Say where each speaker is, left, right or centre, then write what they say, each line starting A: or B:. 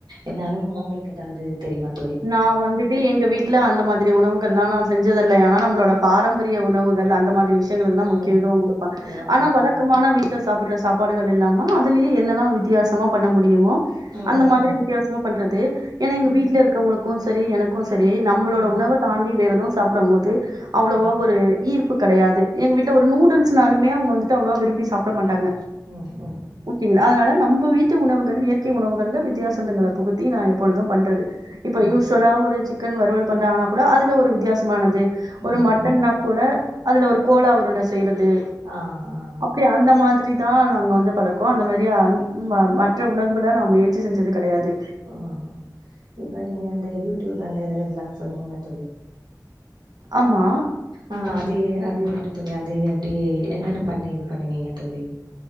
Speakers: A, on the right; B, on the right.
A: என்னாலும் ஒங்களுக்கு எதாவது தெரியுமாத்
B: நா வந்துட்டு எங்க வீட் ட்ல அந்த மாதிரி உணவுகள்லா நா செஞ்சதில்லை ஆனா நம்ளோட பாரம்பரிய உணவுகள் அந்த மாதிரி விஷ் சியங்களுக்குதா
A: ம்
B: முக்கியத்துவோ குடுப்ப
A: ஓ
B: ஆனா
A: ஆ
B: வழக் க்கமான வீட்ல சாப்பிட்ற சாப்பாடுகள் இல்லாம அதுலியே என்னெல்லா வித்யாசமா பண்ண முடியுமோ
A: ம்
B: அந்த மாதிரி
A: ம்
B: வித்யாசமா பண்றது எனா எங்க
A: ம்
B: வீட்ல இருக்கவுங்களுக்கு சரி எனக் கு சரி நம்பளோட
A: ம்
B: உணவ தாண்டி வேற எதவு சாப்டம்மோது அவ்ளோவா
A: ம்
B: ஒரு ஈர்ப்பு கெடையாது எங்க வீட்ல ஒரு நூடுல்ஸ்னாலுமே அவுங்க வந்துட்டு அவ்ளோவா விரும்பி சாப்ட மாட்டாங்க
A: ம் ம்
B: ஊக்கிவில அதனால நம்ப வீட்டு உணவுகள் இயற்கை உணவுகள்ல வித்தியாசந்தங்கள புகுத்தி நா எப்பொழுதும் பண்றது இப்போ
A: ம்
B: யூஸுவலா ஒரு சிக்கன் வறுவல் பண்றாங்கனாக் கூட அதுல ஒரு வித்யாசமானது
A: ம்
B: ஒரு மட்டன்னாக்
A: ம்
B: கூட அதுல ஒரு கோலா உருண்ட செய்றது
A: ஆ ஆ
B: அப்டி அந்த மாதிரிதா நாங்க வந்து பழக்கோ அந்த மாரியா அந் ம் வ மற் ற்ற உணவுகள நா முயற்சி செஞ்சது கெடையாது
A: அ அ இப்போ நீங்க அந்த யூடியூப் அந்த இது இதெல்லா சொன்னீங்ள தோழி
B: ஆமா
A: ஆ அது அது எப்டி தோழி அது எப்டி என்னென்ன பண்ணி இது பண்ணுவீங்க தோழி